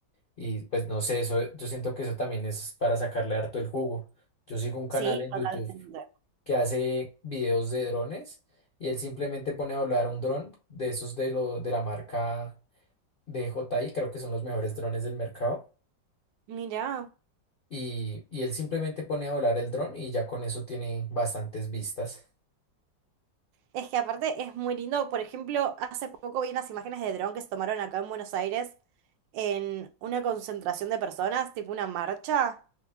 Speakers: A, on the left; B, on the right.
A: Y pues no sé, eso, yo siento que eso también es para sacarle harto el jugo. Yo sigo un
B: Sí,
A: canal en
B: totalmente.
A: YouTube que hace videos de drones y él simplemente pone a volar un dron de esos de, lo, de la marca DJI, creo que son los mejores drones del mercado.
B: Mirá.
A: Y, y él simplemente pone a volar el dron y ya con eso tiene bastantes vistas.
B: Es que aparte es muy lindo, por ejemplo, hace poco vi unas imágenes de dron que se tomaron acá en Buenos Aires en una concentración de personas, tipo una marcha.